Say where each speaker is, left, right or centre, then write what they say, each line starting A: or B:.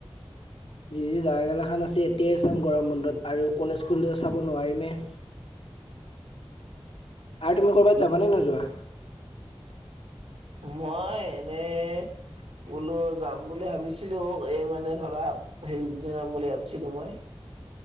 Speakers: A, on the left; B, on the right.
A: যি যি জেগাগিলাখন আছে এতিয়াই চাম গৰম বন্ধত আৰু কলেজ খোলিলেটো চাব নোৱাৰিমেই।
B: উম। <inaudible>
A: আৰু তুমি কৰবাত যাবানে নোযোৱা?
B: মই এনেই বোলো যাম বুলি ভাবিছিলোঁ এই মানে ধৰা সেই পিনে যাম বুলি ভাবছিলো মই।